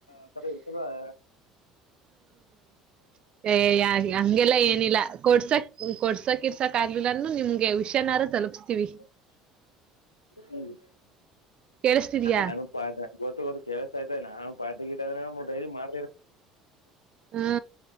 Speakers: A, on the left; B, on the right.
A: ಅತರ್ ಇರತದ <inaudible>
B: ಯೆ ಹಂಗೆಲ್ಲ ಏನಿಲ್ಲ ಕೊಡ್ಸಕ್ ಕೊಡ್ಸಕ್ ಇರ್ಸಕ್ ಆಗ್ಲಿಲ್ಲಾನು ನಿಮ್ಗೆ ವಿುಷ್ಯನಾರು ತಲುಪಿಸತೀವಿ
A: <inaudible> ಹ್ಮ
B: ಕೇಳಿಸತಿದ್ಯಾ
A: ನಾನು ಪಾ ಗೊತ್ತು ಗೊತ್ತು ಕೆೇಳಸ ಆಯ್ತ ನಾನು ಪಾಟಿ ಗಿಟ್ಟ ಆದ್ರೆ ಡೈರಿ ಮಾಡ
B: ಹ್ಮ